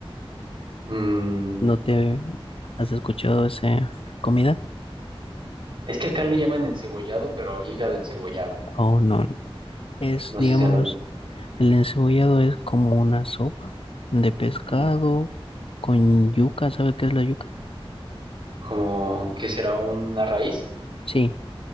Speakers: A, on the right (about 55°); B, on the left (about 65°).
A: Mm,
B: ¿No te has escuchado esa comida?
A: es que acá le llaman encebollado, pero hígado encebollado.
B: Oh, no. no. Es,
A: No
B: digamos,
A: sé si sea lo mismo.
B: el encebollado es como una sopa de pescado
A: Ujú.
B: con yuca. ¿Sabe qué es la yuca?
A: Como que será una raíz,
B: Sí,